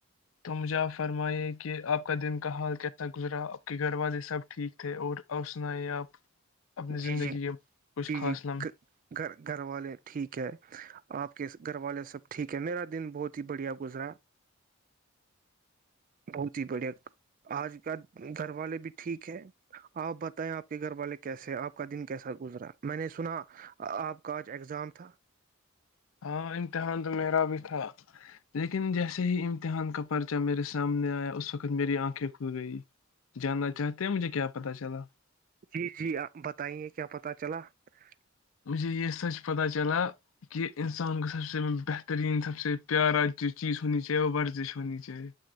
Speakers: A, on the left (about 75°); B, on the right (about 40°).
A: تو مجھے آپ فرمائیے کہ آپ کا دن کا حال کیسا گزرا آپ کے گھر والے سب ٹھیک تھے اور سنائی آپ اپنی
B: جی
A: زندگی
B: جی
A: کے کچھ
B: جی
A: خاص
B: جی
A: لمحے
B: گ گھر والے ٹھیک ہے آپ کے گھر والے سب ٹھیک ہے میرا دن بہت ہی بڑھیا گزرا ہے بہت ہی بڑھیا آج کا گھر والے بھی ٹھیک ہے آپ بتائیں آپ کے گھر والے کیسے آپ <unintelligible> کا دن کیساتھ گزرا میں نے سنا آپ کا آج اگزام تھا
A: ہاں امتحان تو میرا بھی تھا لیکن جیسے ہی امتحان کا پرچہ میرے سامنے آیا اس وقت میری آنکھیں کھل گئی جاننا چاہتے ہیں مجھے کیا پتا چلا <unintelligible>
B: جی جی آپ بتائیے کیا پتہ چلا <unintelligible>
A: مجھے یہ سچ پتہ چلا کہ انسان کو سب سے بہترین سب سے پیارا جو چیز ہونی چاہیے وہ ورزش ہونی چاہیے